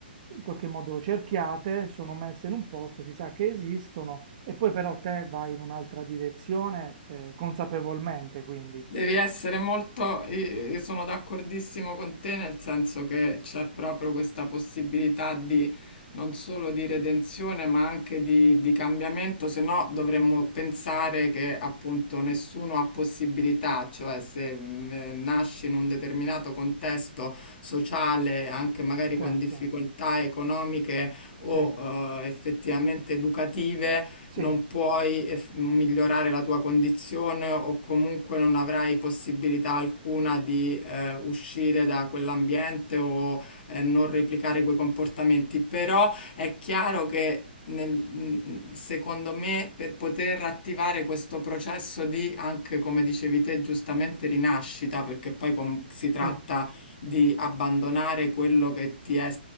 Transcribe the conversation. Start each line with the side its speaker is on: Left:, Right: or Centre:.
Right: in qualche modo cerchiate, sono messe in un posto, si sa che esistono, e poi però te vai in un'altra direzione, eh, consapevolmente, quindi,
Left: Devi essere molto, io io sono d'accordissimo con te nel senso che c'è proprio questa possibilità di non solo di redenzione ma anche di, di cambiamento, se no dovremmo pensare che appunto nessuno ha possibilità, cioè se mh, eh, nasci in un determinato contesto sociale, anche magari
Right: certo.
Left: con difficoltà economiche o
Right: Sì,
Left: eh, effettivamente educative,
Right: sì,
Left: non puoi eh, f- migliorare la tua condizione o comunque non avrai possibilità alcuna di eh, uscire da quell'ambiente o eh, non replicare quei comportamenti. Però è chiaro che nel- mh, secondo me, per poter attivare questo processo di, anche come dicevi te, giustamente rinascita, perché poi com- si tratta
Right: sì,
Left: di abbandonare quello che ti è